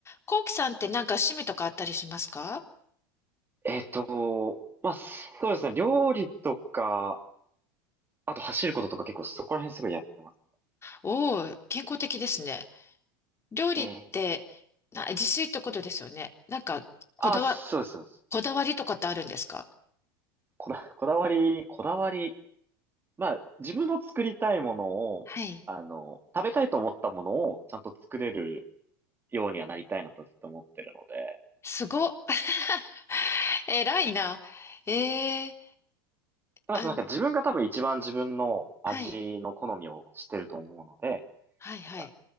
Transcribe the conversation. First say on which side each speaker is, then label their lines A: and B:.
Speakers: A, on the left (about 25°); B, on the right (about 20°).
A: コウキさんってなんか趣味とかあったりしますか
B: えっと、まあ、そうですね。料理とか、あと走ることとか結構そこら辺すごいやってます。
A: おおー、健康的ですね。料理ってな自炊ってことですよね。
B: ええ
A: なんかこだわ、
B: あ、そうです、そうです。
A: こだわりとかってあるんですか
B: こだ、こだわり、こだわり。まあ、自分の作りたいものを、
A: はい。
B: あの、食べたいと思ったものをちゃんと作れるようにはなりたいなとずっと思ってるので。
A: すごっ。<laughs> 偉いな。えー、
B: まあ、
A: あん、
B: そのなんか自分が多分一番自分の味の好みを知ってると思うので、
A: はい、はい、はい。
B: なんか、